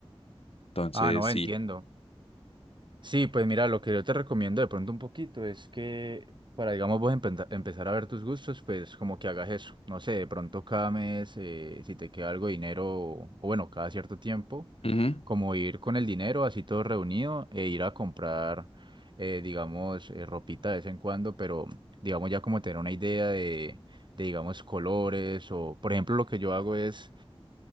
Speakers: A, on the left (about 70°); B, on the right (about 50°).
A: Entonces,
B: Ah, no, entiendo.
A: sí.
B: Sí, pues mira, lo que yo te recomiendo de pronto un poquito es que para, digamos, vos empenta- empezar a ver tus gustos, pues como que hagas eso. No sé, de pronto cada mes, eh, si te queda algo de dinero, o bueno, cada cierto tiempo,
A: Ujú.
B: como ir con el dinero así todo reunido e ir a comprar, eh, digamos, eh, ropita de vez en cuando, pero digamos ya como tener una idea de, de, digamos, colores o, por ejemplo, lo que yo hago es